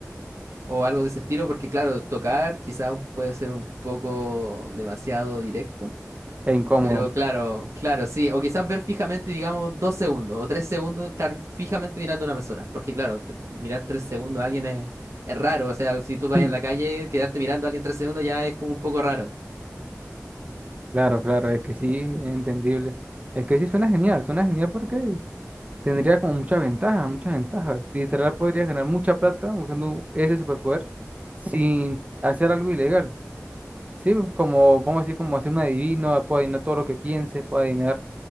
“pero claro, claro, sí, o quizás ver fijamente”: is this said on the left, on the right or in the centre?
Right